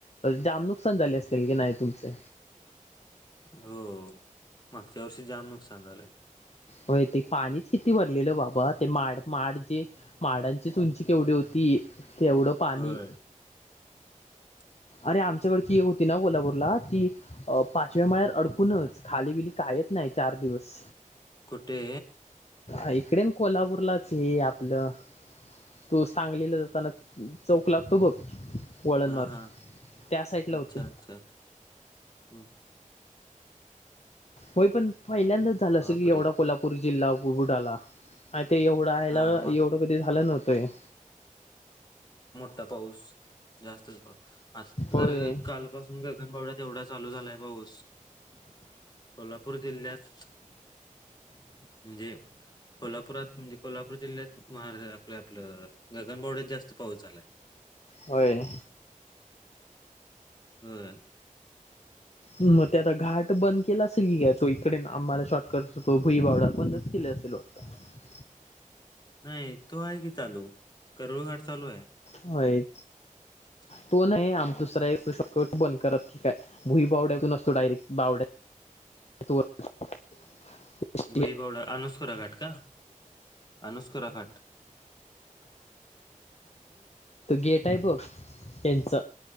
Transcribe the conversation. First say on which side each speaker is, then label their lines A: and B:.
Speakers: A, on the left; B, on the left.
A: जाम नुकसान झाले असतील की नाही तुमचं
B: हो मागच्या वर्षी जाम नुकसान झालंय
A: होय ते पाणीच किती भरलेलं बाबा ते माड माड जे माडांची च उंची केवढी होती तेवढं पाणी
B: होय. <inaudible>
A: अरे आमच्याकडची होती ना कोल्हापूरला ती पाचव्या मळ्यात अडकूनच खाली बिली का आहेत ना चार दिवस
B: कुठे
A: इकडे कोल्हापूरलाचं हे आपलं तू सांगलीला जाताना चौक लागतो बघ. वळण
B: हां,
A: मारून
B: हां.
A: त्या साईडला
B: अच्छा,
A: होते.
B: अच्छा. हं.
A: होय पण पहिल्यांदाचं झालं
B: बापरे!
A: असेल एवढा कोल्हापूर जिल्हा बुडाला. ते एवढं याला
B: हां, माग
A: एवढं कधी झालं नव्हतंय.
B: आ पाऊस जास्तच पा आता
A: होय
B: तर कालपसून गगनबावड्यात तेवढाच चालू झालाय पाऊस कोल्हापूर जिल्ह्यात म्हणजे कोल्हापुरात म्हणजे कोल्हापूर जिल्ह्यात महार आपलं आपलं गगनबावड्यात जास्त पाऊस झालाय.
A: होय.
B: होय
A: मग ते आता घाट बंद केला असेल कि घ्यायचो इकडे आम्हाला शॉर्टकट असतो भुई बावडा बंदचं केला. <unintelligible>
B: नाही तो आहे कि चालू करुळघाट चालू आहे.
A: होय
B: <inaudible>
A: तो नाही आमचा दुसरा एक शॉर्टकट बंद करत की काय भुई बावड्यातून असतो डायरेक्ट बावड्या <unintelligible> <unintelligible> <unintelligible>
B: भुईबावडा, अनुस्कुरा घाट का? अनुस्कुरा घाट.
A: गेट आहे बघ यांच